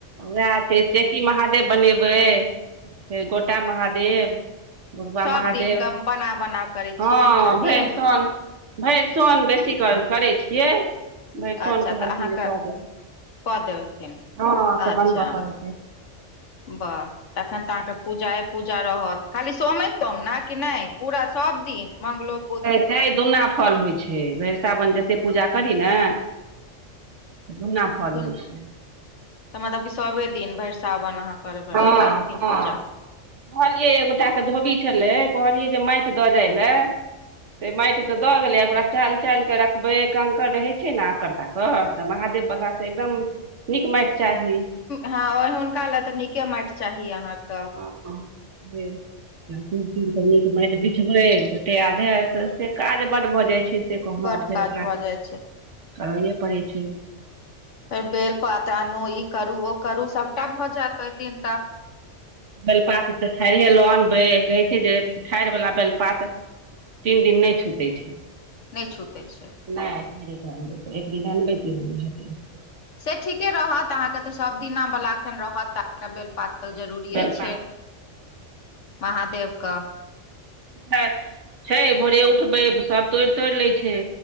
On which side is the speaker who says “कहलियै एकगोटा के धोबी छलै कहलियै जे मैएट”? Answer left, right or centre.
Right